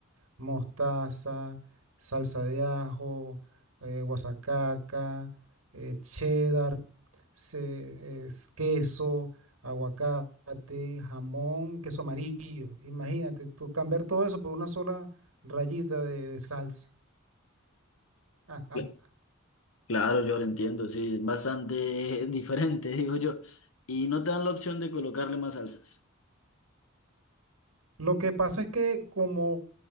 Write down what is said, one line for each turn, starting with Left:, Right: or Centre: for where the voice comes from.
Right: mostaza, salsa de ajo, eh, guasacaca, eh, cheddar, se- es queso, aguacate, jamón, queso amarillo. Imagínate, tú cambiar todo eso por una sola rayita de, de salsa. <laughs>
Left: Cla- Claro, yo lo entiendo, sí, es bastante <laughs> diferente, digo yo. Y no te dan la opción de colocarle más salsas.
Right: Lo que pasa es que como